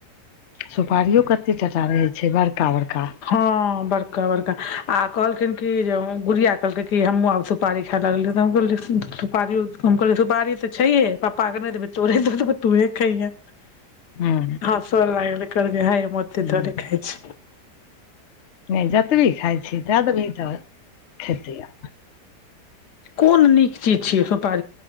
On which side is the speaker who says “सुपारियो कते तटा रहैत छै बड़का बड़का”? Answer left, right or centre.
Left